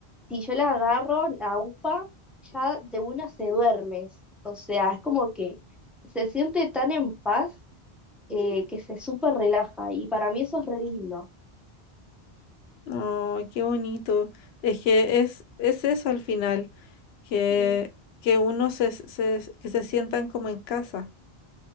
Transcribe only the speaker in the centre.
Si yo la agarro, la upa, ya de una se duerme. O sea, es como que se siente tan en paz eh, que se súper relaja. Y para mí eso es re lindo.
Mm,